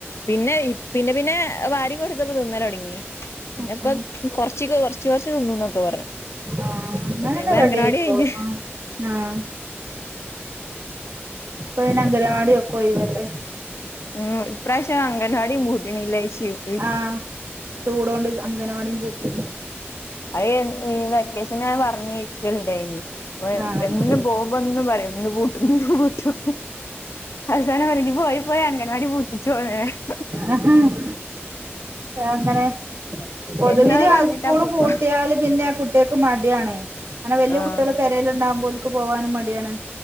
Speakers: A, on the left (about 80°); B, on the right (about 70°).
A: പിന്നെ പിന്നെ പിന്നെ വാരി കൊടു ഇന്ന് ഇപ്പോ തിന്നല് തൊടങ്ങി പിന്നെ
B: ആഹ്
A: ഇപ്പ കൊറച് ച്ച്ക്ക് കൊർച് ചോയിച്ച് തിന്നുന്ന് പറഞ്ഞു
B: ആഹ് ഇന്നാലത്
A: അപ്പത്തേന്
B: റെഡി ആയിക്കോളും
A: കഴിഞ്ഞ്
B: ആഹ് ആഹ് ഇപ്പൊ പിന്നെ അംഗനവാടി ഒക്കെ ഒയിവല്ലെ.
A: ഉം ഇപ്രാവശ്യം അംഗനവാടീം പൂട്ടിണില്ലേ <unintelligible>
B: ആ ചൂടോണ്ട് അംഗനവാടീം പൂട്ടി.
A: അത് ഈ വെക്കേഷനാ പറഞ്ഞെ ക്കലിൻണ്ടേനി അപ്പോ
B: ആഹ്
A: എന്നും പോകുമ്പോ എന്നും പറയും. എന്ന് പൂട്ടും ഇന്ന് പൂട്ടും അവസാനം പറയാ ഇജ് പോയി പോയി അംഗൻവാടി പൂട്ടിച്ചു <unintelligible>
B: ആഹ് അങ്ങനെ പൊതുവില്
A: എന്നും അത്
B: ആ
A: പറഞ്ഞിട്ടാ
B: സ്കൂള്
A: പോവാ
B: പൂട്ടിയാല് പിൻ പിന്നെ കുട്ട്യേക്കും മടിആണ്. അങ്ങനെ വല്യ
A: ആഹ്
B: കുട്ട്യോള് പെരേല്ണ്ടാകുമ്പോ ഓല് ക്ക് പോവാനും മടിയാണ്.